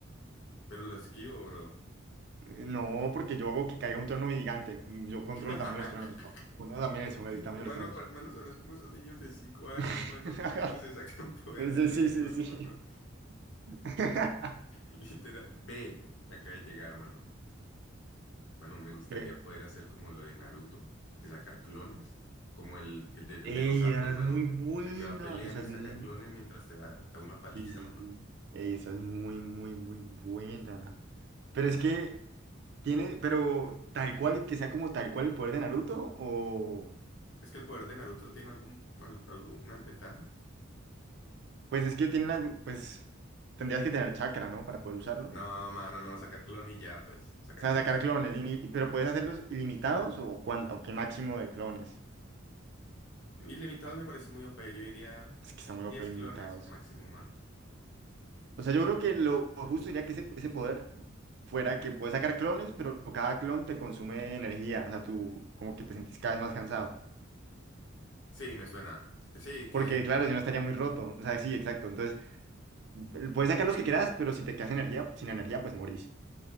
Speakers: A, on the left; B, on the right.
A: Pero lo esquivo, bro.
B: Eh, No, porque yo hago que caiga un trueno gigante. Mm, Yo controlo
A: <laughs>
B: el tamaño de los truenos. ¿no? Controlo también eso, el tamaño
A: Mano,
B: de los truenos.
A: pa- mano, son es como esos niños de 5 años,
B: <laughs>
A: mano, que se sacan <laughs> poderes
B: Sí,
A: del
B: sí,
A: culo,
B: sí,
A: mano.
B: sí.
A: <laughs>
B: <laughs>
A: Literal. Ve, me acaba de llegar, mano. mano me gustaría
B: ¿Qué?
A: poder hacer como lo de Naruto, de sacar clones, como el, el de, el
B: Ey,
A: de los sapos,
B: esa
A: mano,
B: es muy buena.
A: el que va peleando
B: Esa
A: y
B: es
A: saca
B: muy.
A: clones mientras te da, da una paliza,
B: Sí, sí,
A: mano.
B: sí. Ey, esa es muy, muy, muy buena. Pero
A: Pues,
B: es que tiene, pero tal cual, que sea como tal cual el poder de Naruto, o.
A: ¿es que el poder de Naruto tiene algún, al- alguna desventaja?
B: Pues es que tiene las. Pues tendrías que tener chakra, ¿no? Para poder usarlo.
A: No, mano, no, sacar clones y ya, pues, sacar
B: O sea,
A: clones.
B: sacar clones, ini- pero puedes hacerlos ilimitados o, cuán- o qué máximo de clones.
A: Ilimitados me parece muy OP, yo diría
B: Es que está muy
A: 10
B: OP ilimitados.
A: clones máximo, mano.
B: O sea, yo creo que lo justo sería que ese, ese poder fuera que puedes sacar clones, pero cada clon te consume energía. O sea, tú como que te sentís cada vez más cansado.
A: Sí, me suena. Sí, que,
B: Porque claro, si no estaría muy roto. O sea, sí, exacto. Entonces, l- puedes sacar los que quieras, pero si te quedas energía, sin energía, pues morís.